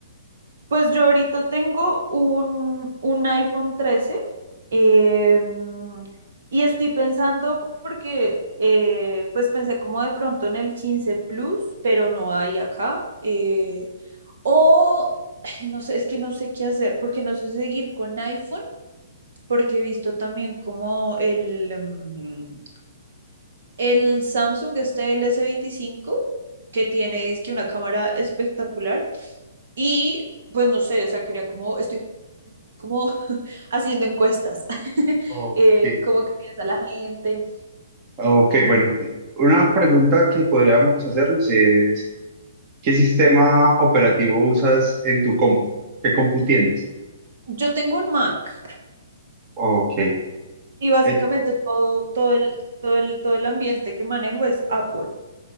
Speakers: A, on the right; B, on the right.
A: pues yo ahorita tengo un, un iPhone 13 em, y estoy pensando porque eh, pues pensé como de pronto en el 15 Plus, pero no hay acá. eh, O ay, no sé, es que no sé qué hacer, porque no sé si seguir con iPhone, porque he visto también como el, mm, el Samsung, este el s veinticinco que tiene dizque una cámara espectacular. Y pues no sé, o sea, quería como, estoy como <laughs> haciendo encuestas, <laughs>
B: Ok.
A: eh, cómo que piensa la gente.
B: Ok, bueno. Una pregunta que podríamos hacernos es, ¿qué sistema operativo usas en tu compu? ¿Qué compu tienes?
A: Yo tengo un Mac
B: Ok.
A: y básicamente
B: Eh,
A: todo, todo el, todo el, todo el ambiente que manejo es Apple.